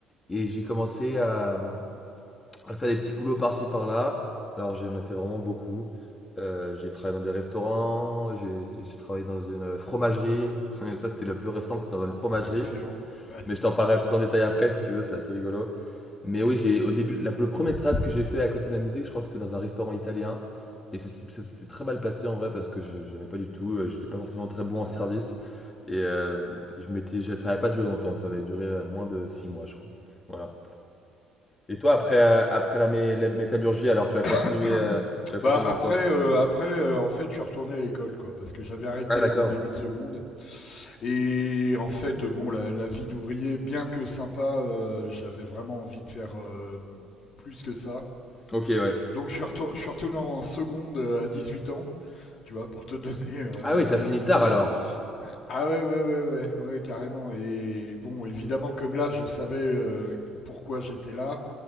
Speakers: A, on the left (about 25°); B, on the left (about 50°).
A: Et j'ai commencé à, à faire des petits boulots par-ci par-là. Alors, j'en ai fait vraiment beaucoup. Euh, j'ai travaillé dans des restaurants, j'ai j'ai travaillé dans une fromagerie. <laughs> Ça, c'était la plus récente, c'était dans une fromagerie.
B: <laughs> Excellent. Ouais.
A: Mais je t'en parlerai plus en détail après si tu veux, c'est assez rigolo. Mais oui, j'ai au début, la- le premier trêve que j'ai fait à côté de la musique, je crois que c'était dans un restaurant italien. Et ça s'est- ça s'était très mal passé en vrai parce que je n'aimais pas du tout, euh, j'étais pas forcément très bon en service. Et euh, je m'étais, je- ça n'avait pas duré longtemps, ça avait duré euh, moins de 6 mois, je crois. Voilà. Et toi, après, euh, après la, mé- la métallurgie, alors tu as continué,
B: <coughs>
A: euh, tu as continué
B: Bah après,
A: dans quoi?
B: euh, après euh, en fait, je suis retourné à l'école, quoi, parce que j'avais arrêté
A: Ah, d'accord.
B: en début de seconde. Et en fait, bon, la, la vie d'ouvrier, bien que sympa, euh, j'avais vraiment envie de faire euh, plus que ça.
A: Ok, ouais.
B: Donc je suis, retour- je suis retourné en seconde euh, à 18 ans, tu vois, pour te <laughs> donner euh,
A: Ah oui, t'as
B: une
A: fini
B: idée.
A: tard alors.
B: Ah ouais, ouais, ouais, ouais, ouais, carrément. Et bon, évidemment, comme là, je savais euh, pourquoi j'étais là,